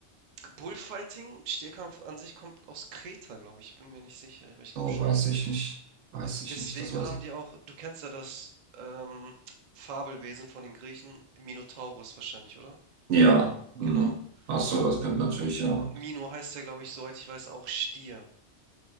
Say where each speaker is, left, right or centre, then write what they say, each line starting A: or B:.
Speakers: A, on the right (about 55°); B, on the right (about 85°).
A: Bullfighting, Stierkampf an sich kommt aus Kreta, glaube ich. Ich bin mir nicht sicher, aber ich glaube
B: Oh,
A: schon.
B: weiß ich nicht. Weiß ich
A: Deswegen
B: nicht. Das weiß
A: haben
B: ich.
A: die auch, du kennst ja das ähm, Fabelwesen von den Griechen, Minotauros wahrscheinlich, oder?
B: Ja. Hm.
A: Genau.
B: Ach so,
A: Und,
B: das könnte natürlich, ja.
A: und Mino heißt ja, glaube ich, soweit ich weiß, auch Stier.